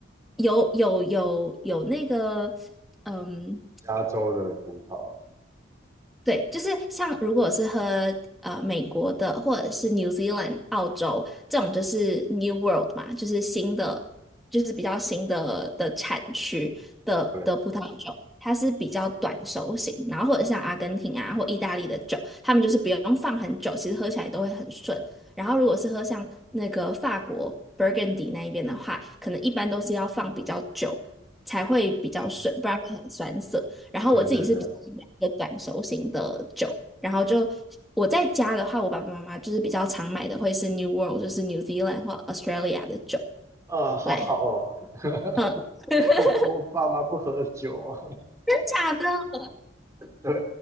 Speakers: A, in the centre; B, on the right.
A: 有有有有那个，嗯，
B: 加州的葡萄，
A: 对，就是像如果是喝呃美国的或者是 New Zealand、澳洲这种，就是 New World 嘛，就是新的，就是比较新的的产区的的葡萄酒，
B: 对，
A: 它是比较短熟型，然后或者像阿根廷啊或意大利的酒，他们就是不用放很久，其实喝起来都会很顺。然后如果是喝像那个法国 Burgundy 那一边的话，可能一般都是要放比较久才会比较顺，
B: 嗯，
A: 不然会很酸涩。然后我自己是比较喜欢一个短熟型的酒，
B: 对对对，
A: 然后就我在家的话，我爸爸妈妈就是比较常买的会是 New World，就是 New Zealand 或 Australia 的酒
B: 啊，好好哦，
A: 来，
B: <laughs>
A: 嗯，<laughs>
B: 我我爸妈不喝酒，
A: 真假的？
B: <laughs> 对，